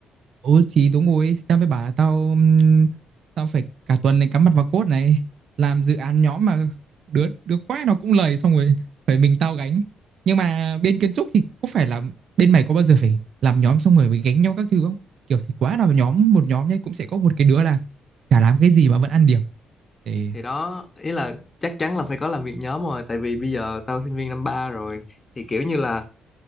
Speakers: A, on the right; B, on the left.
A: Ừ thì đúng rồi Thì tao mới bảo là tao ừm, Tao phải cả tuần này cắm mặt vào code này Làm dự án nhóm mà Đứa đứa quái nó cũng lầy xong rồi Phải mình tao gánh Nhưng mà bên kiến trúc thì có phải là Bên mày có bao giờ phải làm nhóm xong rồi phải gánh nhau các thứ không Kiểu thì quá nào nhóm Một nhóm nhé cũng sẽ có một cái đứa là Chả làm cái gì mà vẫn ăn điểm Thế,
B: thì đó ý là chắc chắn là phải có làm việc nhóm rồi tại vì bây giờ tao sinh viên năm ba rồi thì kiểu như là